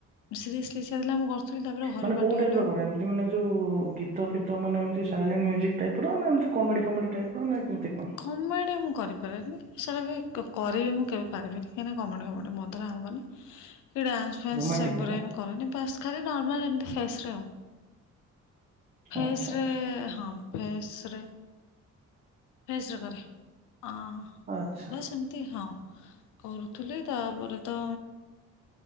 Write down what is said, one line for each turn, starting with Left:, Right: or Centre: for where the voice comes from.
Left: ସିରିଏଶ୍ଳି ସେ ଭାବିଲା ମୁଁ କରୁଥିଲି ତାପରେ ଘରେ
Right: ମାନେ
Left: ପାଟିଗଲା।
Right: କୋଉ ଟାଇପ ର କର ଏମତି ମାନେ ଯୋଉ ଗୀତ ଫିତ ମାନେ ସାଇଲେ୍ମି ଯି ଟାଇପ ର ନା ଏମତି କମେଡି ଫମଡି ଟାଇପ ର ନା କେମିତି କଣ
Left: କମେଡି ମୁଁ କରିପାରେନି ସେଟା ବି କ-କରି ବି ମୁଁ କେବେ ପାରିବି ନି କାହିଁକ ନା କମେଡି ଗମେଡି ମୋ ଦ୍ଵାରା ହବନି କି ଡ୍ୟାନ୍ସ ଫାନ୍ସ
Right: ରୋମାଣ୍ଟିକ
Left: ସେୁଗୁରା
Right: ବାଲା
Left: କରେନି ବାସ୍ ଖାଲି ନର୍ମାଲ ଏମତି ଫ୍ରେସ୍ ରେ ଆଉ। ଫ୍ରେସ୍
Right: ଆଚ୍ଛା
Left: ରେ
Right: ଆଚ୍ଛା
Left: ହମ୍ ଫେସ ରେ ଫେସ ରେ କରେ ଅ
Right: ଆଚ୍ଛା
Left: ଏମିତି ହଁ କରୁଥିଲି ତାପରେ ତ